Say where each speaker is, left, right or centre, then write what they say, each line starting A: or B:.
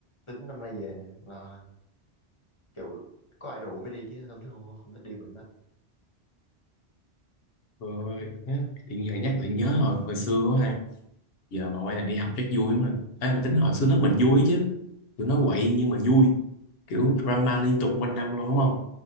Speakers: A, on the left (about 35°); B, on the left (about 70°).
A: tính năm nay về nè mà kiểu có ai rủ mới đi chứ không thích không, không, không thích đi mình lắm
B: Rồi, tự nhiên giờ nhắc lại nhớ hồi, hồi xưa quá ha. Giờ mà quay lại đi học rất vui mà, mình. Ê, mà tính hồi xưa lớp mình vui chứ. Tụi nó quậy nhưng mà vui. Kiểu drama liên tục quanh năm luôn đúng không?